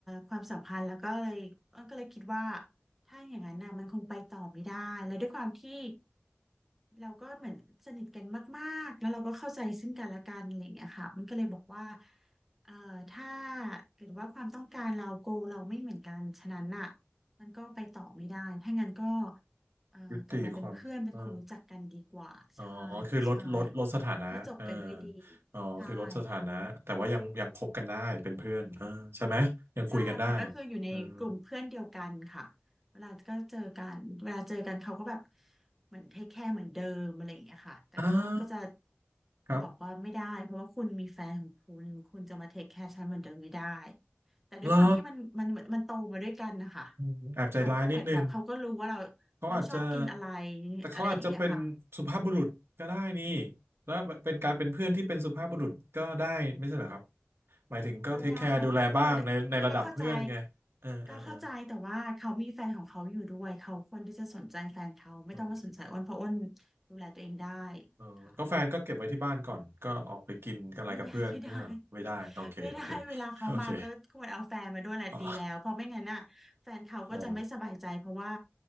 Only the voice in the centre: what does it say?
ความสัมพันธ์แล้วก็เลยก็เลยคิดว่าถ้าอย่างนั้นนะมันคงไปต่อไม่ได้แล้วด้วยความที่ เราก็เหมือนสนิทกันมากๆแล้วเราก็เข้าใจซึ่งกันและกันอะไรอย่างเงี้ยค่ะมันก็เลยบอกว่าเอ่อถ้าเกิดว่าความต้องการเราโกเราไม่เหมือนกัน ฉะนั้นน่ะมันก็ไปต่อไม่ได้ ถ้างั้นก็เอ่อกลับมาเป็นเพื่อนเป็นคนรู้จักกันดีกว่า
ใช่ใช่ก็จบกันด้วยดี
ใช่ค่ะ ใช่ค่ะก็คืออยู่ในกลุ่มเพื่อนเดียวกันค่ะ
เวลาก็เจอกันเวลาเจอกันเขาก็แบบเหมือนเทคแคร์เหมือนเดิมอะไรอย่างเงี้ยค่ะแต่ก็อ้นก็จะ
บอกว่าไม่ได้เพราะว่าคุณมีแฟนของคุณคุณจะมาเทคแคร์ฉันเหมือนเดิมไม่ได้แต่ด้วยความที่มันมันมันมันโตมาด้วยกันนะคะ
เขาก็เหมือนแบบเขาก็รู้ว่าเรา
เราชอบกินอะไร
อะไรอย่างเงี้ยค่ะ
ก็ได้ก็ได้ก็เข้าใจ ก็เข้าใจแต่ว่าเขามีแฟนของเขาอยู่ด้วยเขาควรที่จะสนใจแฟนเขาไม่ต้องมาสนใจอ้นเพราะอ้น
ดูแลตัวเองได้
ค่ะ
ไม่ได้ <laughs> ไม่ได้ไม่ได้เวลาเขามาก็ควรเอาแฟนมาด้วยแหละดีแล้วเพราะไม่งั้นน่ะแฟนเขาก็จะไม่สบายใจเพราะว่า